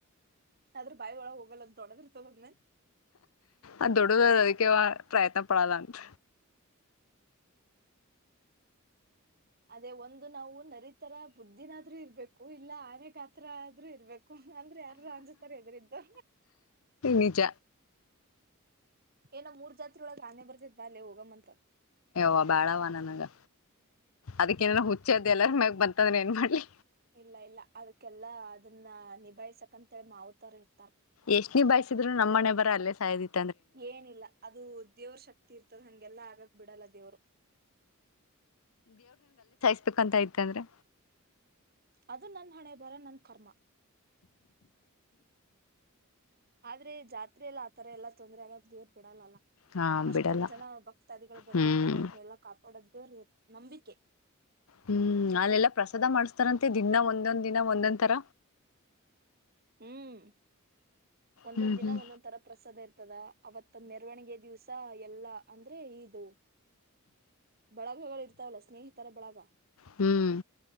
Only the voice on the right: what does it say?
ಆದದ್ರ ಬಾಯಿ ಒಳ ಹೋಗಲ್ಲ ಅಂತ ದೊಡದರ್ತದ್ನೆ
ಅದೇ ಒಂದು ನಾವು ನರಿತರ ಬುದ್ಧಿನಾದ್ರೂ ಇರ್ಬೇಕು ಇಲ್ಲ ಆನೆಗಾತ್ರ ್ರು ಇರ್ಬೇಕು ಅಂದ್ರೆ ಯಾರ ಅಂಜತಾರ ಹೆದ್ರಿದ್ದು
ಏನೋ ಮೂರ್ ಜಾತ್ೆಯೊಳಗ ಆಾನನೆ ಬರ್ದಿದ್ದಳೆ ಹೋಗ ಮಂತ
ಇಲ್ಲ ಇಲ್ಲ ಅದಕ್ಕೆಲ್ಲಾ ಅದನ್ನ ನಿಭಾಯ್ಸಕ್ಂತೇಳಿ ಮಾವತರ್ ಇರ್ತಾರ
ಏನಿಲ್ಲ ಅದು ದೇವ್ರ ಶಕ್ತಿ ಇರ್ತದ ಹಂಗೆಲ್ಲ ಆಗಕ್ ಬಿಡಲ್ಲ ದೇವ್ರು
ಅದು ನನ್ ಹಣೆ ಬರ ನನ್ ಕರ್ಮ ಆದ್ರೆ ಜಾತ್ರೆ ಎಲ್ಲ ಆತರ ಎಲ್ಲಾ ತೊಂದ್ರ ಆಗ ದೇವರ್ ಬಿಡಲ್ಲಲ್ಲ
ಅಷ್ಟೊಂದ
ಜನ ಭಕ್ತಾದಿಗಳು ಬಂದಿರ್ತಾರ
ಅವ್ರನ್ನೆಲ್ಲಾ ಕಾಪಾಡೋದ ನಂಬಿಕೆ
ಹ್ಮ್ ಒಂದೊಂದ್
ದಿನ
ಒಂದೊಂದ್ ತರ ಪ್ರಸಾದ ಇರ್ತದ ಅವತ್ ಮೆರವಣಿಗೆ ದಿವ್ಸ ಎಲ್ಲಾ ಅಂದ್ರೆ ಇದು ಬಳಗಗಳು ಇರ್ತಾವಲ್ಲ ಸ್ನೇಹಿತರ ಬಳಗ